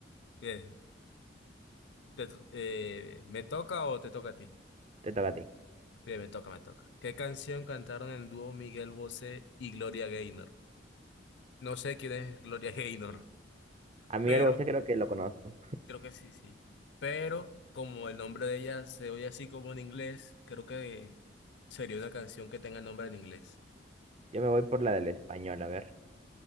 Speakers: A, on the left; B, on the right.
A: Bien. Te to- eh, ¿me toca o te toca a ti?
B: Te toca a ti.
A: Bien, me toca, me toca. ¿Qué canción cantaron en dúo Miguel Bosé y Gloria Gaynor? No sé quién es Gloria <laughs> Gaynor,
B: A Miguel
A: pero
B: Bosé creo que lo conozco.
A: creo que sí, sí. Pero como el nombre de ella se oye así como en inglés, creo que sería una canción que tenga el nombre en inglés.
B: Yo me voy por la del español, a ver.